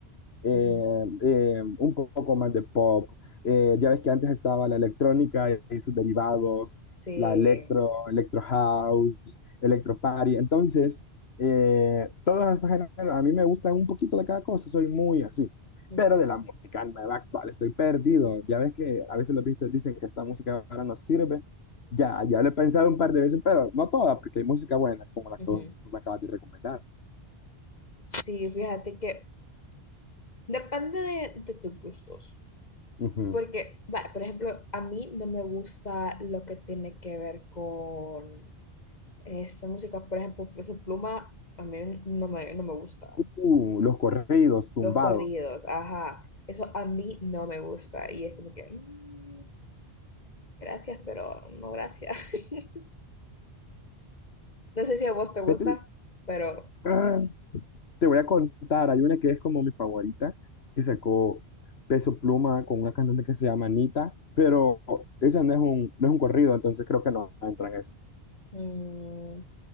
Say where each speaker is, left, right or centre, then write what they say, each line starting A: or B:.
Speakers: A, on the left; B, on the left.
A: eh,
B: Ujú.
A: eh, un poco más de pop. Eh, ya ves que antes estaba la electrónica y sus derivados,
B: Sí.
A: la electro, electro house, electro party. Entonces, eh, todos esos géneros, a mí me gustan un poquito de cada cosa, soy muy así.
B: Ujú,
A: Pero de la música nueva actual, estoy perdido. Ya ves que a veces los vistos dicen que esta música ahora no sirve. Ya, ya lo he pensado un par de veces, pero no toda, porque hay música buena, como la
B: ujú.
A: que vos me acabas de recomendar.
B: Sí, fíjate que depende de, de tus gustos.
A: Ujú.
B: Porque, vale por ejemplo, a mí no me gusta lo que tiene que ver con esta música. Por ejemplo, Peso Pluma, a mí no me, no me gusta.
A: Uh, los corridos tumbados.
B: Los corridos, ajá. Eso a mí no me gusta. Y es como que, mm, gracias, pero no gracias. <laughs> No sé si a vos te gusta,
A: Vete-
B: pero...
A: ¡ah! Te voy a contar, hay una que es como mi favorita, que sacó Peso Pluma con una cantante que se llama Anita, pero esa no es un, no es un corrido, entonces creo que no entra en eso.
B: mm,